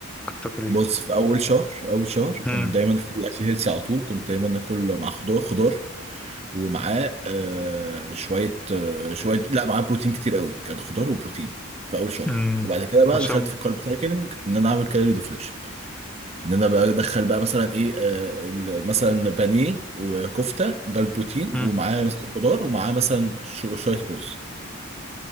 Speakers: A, in the centre; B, on the right.
A: كنت بتاكل ايه
B: بص في اول شهر اول شهر كنت
A: امم
B: دايما في الاكل هيلسي على طول كنت دايما اكل مع خضار خضار ومعاه آه شوية آه شوية لا معاه بروتين كتير قوي كان خضار وبروتين في اول شهر
A: امم
B: وبعد كده بقى
A: عشان
B: دخلت في الكارب سايكلينج ان انا اعمل كالوري ديفليكشن ان انا بقى ادخل بقى مثلا ايه آه، ال- مثلا بانيه وكفته ده البروتين
A: امم
B: ومعاه مثلا خضار ومعاه مثلا ش- شويه رز